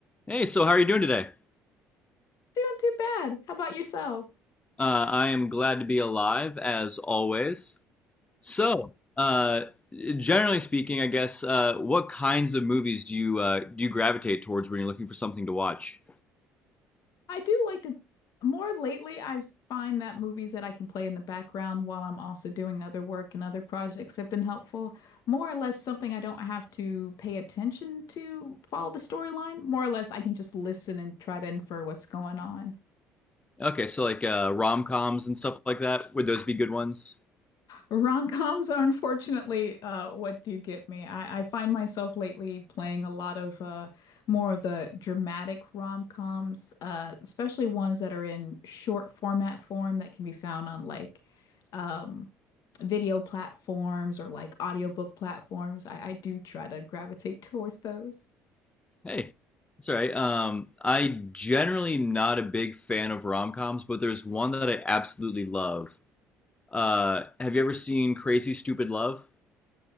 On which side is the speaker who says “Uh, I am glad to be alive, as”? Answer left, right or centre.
Left